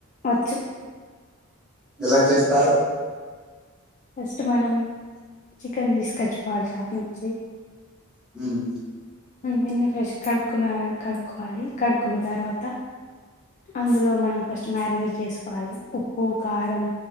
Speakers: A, on the left; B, in the centre.
A: వచ్చు
B: ఎలా చేస్తారు
A: ఫస్ట్ మనం చికెన్ తీసుకొచ్చుకోవాలి షాప్ నుంచి
B: హ్మ్
A: దీన్ని ఫ్రెష్ కడుక్కున్నా కడుక్కోవాలి కడుక్కున్న తర్వాత అందులో మనం ఫస్ట్ మ్యారినేట్ చేసుకోవాలి ఉప్పు కారం